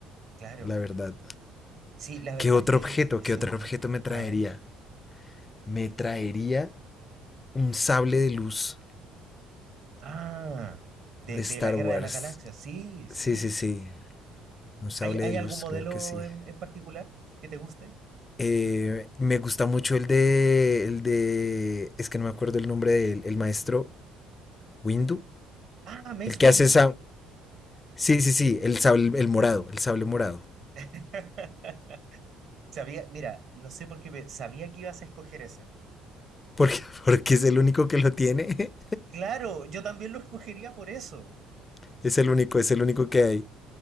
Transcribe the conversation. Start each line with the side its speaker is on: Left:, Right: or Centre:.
Right: Claro,
Left: la verdad.
Right: sí, la verdad
Left: ¿Qué otro
Right: es que
Left: objeto,
Right: es
Left: qué
Right: cierto.
Left: otro objeto me traería?
Right: A ver,
Left: me traería un sable de luz
Right: ah, de,
Left: de
Right: de
Left: Star
Right: la Guerra
Left: Wars.
Right: de la Galaxia, sí, sí.
Left: Sí, sí, sí. Un sable
Right: ¿Hay, hay
Left: de luz,
Right: algún modelo
Left: claro que sí.
Right: en, en particular que te guste?
Left: Eh, me gusta mucho el de, el de, es que no me acuerdo el nombre del el maestro Windu,
Right: Ah, Mace
Left: el que
Right: Windu.
Left: hace esa, sí, sí, sí, el sable, el morado, el sable morado,
Right: <laughs> Sabía, mira, no sé por qué, pe- sabía que ibas a escoger ese.
Left: <laughs> porque, porque es el único que lo tiene,
Right: Claro, yo también lo escogería por eso.
Left: <laughs> es el único, es el único que hay.